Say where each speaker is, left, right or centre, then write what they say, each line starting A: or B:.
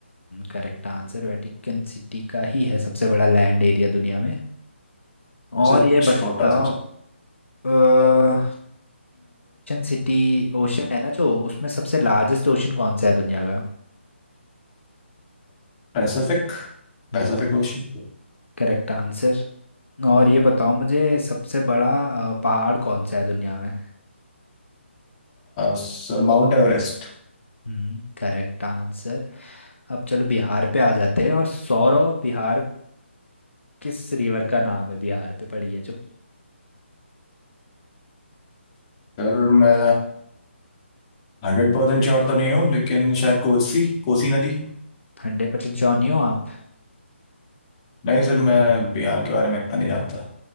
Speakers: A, on the left; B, on the left.
A: करेक्ट आंसर वेटिकन सिटी का ही है सबसे बड़ा लैंड एरिया दुनिया में
B: सबसे
A: और ये
B: छोटा
A: बताओ ओशन
B: sir
A: सिटी ओशन है ना जो उसमें सबसे लार्जेस्ट ओशन कौन सा है दुनिया का
B: Pacific
A: Hmm
B: Pacific ocean
A: correct answer और ये बताओ मुझे सबसे बड़ा अ, पहाड़ कौन सा है दुनिया में
B: Sir Mount Everest
A: Hmm correct answer अब चलो बिहार पे आ जाते हैं और सौरव बिहार किस रिवर का नाम है बिहार पे पड़ी है जो
B: Sir मैं हंड्रेड परसेंट श्योर तो नहीं हूँ लेकिन शायद कोसी कोसी नदी
A: हंड्रेड परसेंट श्योर नहीं हो आप
B: नहीं सर मैं बिहार के बारे में इतना नहीं जानता